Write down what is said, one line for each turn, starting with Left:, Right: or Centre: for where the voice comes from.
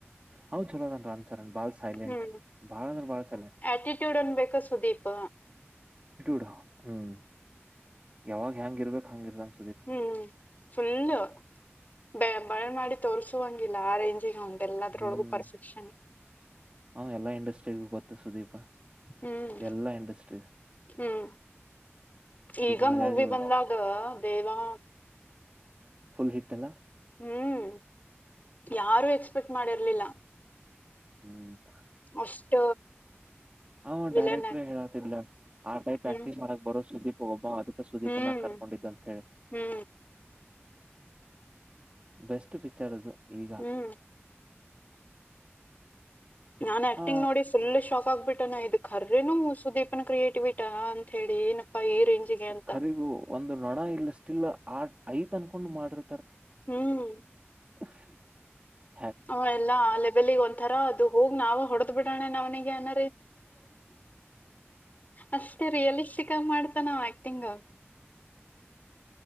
Right: ಹೌ ಚಲೋದನ್ ರಾಮ್ಚರಣ ಬಾಳ ಸೈಲೆಂಟ್
Left: ಹ್ಮ್
Right: ಬಾಳ ಅಂದ್ರೆ ಬಾಳ ಸೈಲೆಂಟ್
Left: ಆಟಿಟ್ಯೂಡ್ ಅನ್ಬೇಕ ಸುದೀಪ್
Right: ಡ್ ಹ್ಮ್ ಯಾವಾಗ ಹೆಂಗ ಇರ್ಬೇಕು ಹಂಗ ಇರ್ದ ಅನ್
Left: ಹ್ಮ್ ಫುಲ್ಲ ಬ ಬಳ ಮಾಡಿ ತೋರ್ಸುವ ಹಂಗಿಲ್ಲ ಆ ರೇಂಜಿಗೆ ಹ ಎಲ್ಲದರೊಳಗು
Right: ಹ್ಮ್
Left: ಪರ್ಫೆಕ್ಷನ್
Right: ಅವ ಎಲ್ಲ ಇಂಡಸ್ಟ್ರಿಗ ಗೊತ್ತು ಸುದೀಪ
Left: ಹ್ಮ್
Right: ಎಲ್ಲಾ ಇಂಡಸ್ಟ್ರೀಸ್
Left: ಹ್ಮ್ ಈಗ
Right: ಮಲಯಾಳಿ
Left: ಮೂವಿ
Right: ಒಳಗ
Left: ಬಂದಾಗ ದೇವಾ
Right: ಫುಲ್ ಹಿಟ್ ಅಲ್ಲ
Left: ಹ್ಮ್ ಯಾರು ಎಕ್ಸ್ಪೆಕ್ಟ್ ಮಾಡಿರ್ಲಿಲ್ಲ
Right: ಹ್ಮ್
Left: ಅಷ್ಟ
Right: ಹ
Left: ವಿಲನ್
Right: ಡೈರೆಕ್ಟ್ರೇ
Left: ಆಕ್ಟಿಂಗ್
Right: ಹೇಳತಿದ್ಲ ಆ ಟೈಪ್
Left: ಹ್ಮ್
Right: ಆಕ್ಟಂಗ ಮಾಡಕ್ ಬರೋ ಸುದೀಪ್ ಒಬ್ಬ ಅದಕ್ಕ ಸುದೀಪ್ಗ
Left: ಹ್ಮ್
Right: ಕರ್ಕೊಂಡು ನಡಿದ್ದಂತ ಹೇಳಿ
Left: ಹ್ಮ್
Right: ಬೆಸ್ಟ್ ಪಿಕ್ಚರ್ ಅದು ಈಗ
Left: ಹ್ಮ್ ನಾನ್ ಆಕ್ಟಿಂಗ್
Right: ಆ
Left: ನೋಡಿ ಫುಲ್ ಶಾಕ್ ಆಗ್ಬಿಟ್ಟ ನ ಇದ್ ಕರ್ರೇನು ಸುದೀಪನ್ ಕ್ರಿಯೇಟಿವಿಟಾ ಅಂತ ಹೇಳಿ ಈ ರೇಂಜಿಗೆ ಅಂತ
Right: ಕರಿಗು ಒಂದು ನೊಣ ಇಲ್ಲ ಸ್ಟಿಲ್ ಆ ಐತ್ ಅನ್ಕೊಂಡ್ ಮಾಡ್ರ
Left: ಹ್ಮ್
Right: <unintelligible>
Left: ಹ್ ಎಲ್ಲಾ ಆ ಲೆಬಲಿಗ್ ಒಂಥರ ಅದು ಹೋಗ್ ನಾವು ಹೊಡೆದ್ ಬಿಡೋಣೆ ನವನಿಗೆ ಅನ್ನ ಅಷ್ಟೇ ರಿಯಲಿಸ್ಟಿಕ್ ಆಗ ಮಾಡ್ತ ನಾವ ಆಕ್ಟಿಂಗ್ <inaudible>